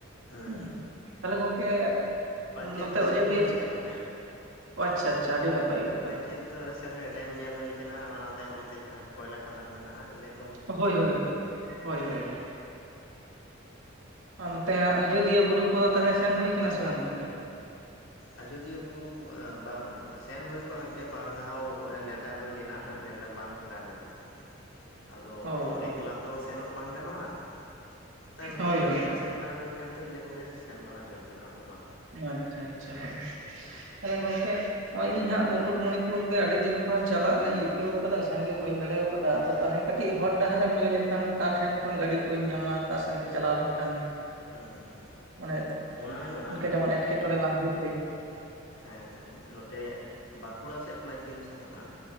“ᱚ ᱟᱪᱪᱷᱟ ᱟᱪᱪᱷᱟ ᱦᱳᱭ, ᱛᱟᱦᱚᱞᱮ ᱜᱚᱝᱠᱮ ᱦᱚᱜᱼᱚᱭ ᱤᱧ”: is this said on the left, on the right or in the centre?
Right